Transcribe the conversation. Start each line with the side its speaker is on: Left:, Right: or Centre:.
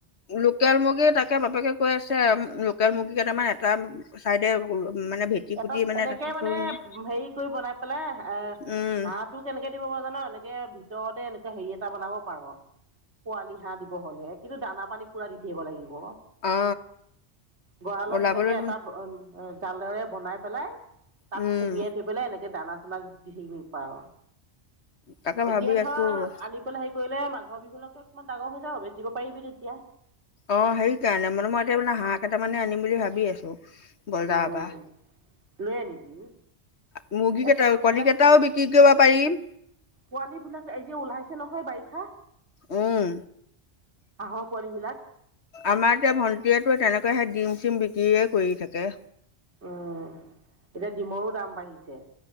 Left: লোকেল মুৰ্গী, তাকে বাপেকে কৈ আছে লোকেল মুৰ্গী কেইটামান এটা চাইডে মানে ভেটি
Right: এটা
Left: কুটি
Right: এনেকে
Left: তাতো
Right: মানে
Left: থৈ দিম।
Right: হেৰি কৰি বনাই পেলাই, এ
Left: উম
Right: হাঁহটো কেনেকে দিব পৰা জান, এনেকে ভিতৰতে এনেকুৱা হেৰি এটা বনাব পাৰ, পোৱালি হাঁহ দিব হ'লে। কিন্তু দানা পানী পূৰা দি থাকিব লাগিব।
Left: অ
Right: গঁৰালৰ
Left: ওলাবলৈ
Right: নিচিনাকে এটা অহ, অ', জালৰে বনাই পেলাই তাত
Left: উম
Right: সুমিয়াই থৈ পেলাই এনেকে দানা চানা দি থাকিব পাৰ
Left: তাকে
Right: এতিয়া
Left: ভাবি
Right: ধৰ
Left: আছো
Right: আনি পেলাই হেৰি কৰিলে মাজ মাঘৰ বিহুলৈকে অকমান ডাঙৰ হৈ যাব, বেচিব পাৰিবি তেতিয়া।
Left: অ', সেই কাৰণে, মানে মই এতিয়া মানে হাঁহ কেইটামানে আনিম বুলি ভাবি আছোঁ। বজাৰৰ
Right: উম
Left: পা।
Right: লৈ আনিবি।
Left: মুৰ্গী
Right: এই
Left: কেইটাও,
Right: পোৱালী
Left: কণী কেইটাও বিক্ৰী কৰিব পাৰিম।
Right: পোৱালীবিলাক এই যে ওলাইছে নহয় বাৰিষা।
Left: উম।
Right: হাঁহৰ পোৱালী বিলাক।
Left: আমাৰ এতিয়া ভণ্টীয়েতো তেনেকৈ সেই ডিম চিম বিক্ৰীয়ে কৰি থাকে।
Right: উম, এতিয়া ডিমৰো দাম বাঢ়িছে।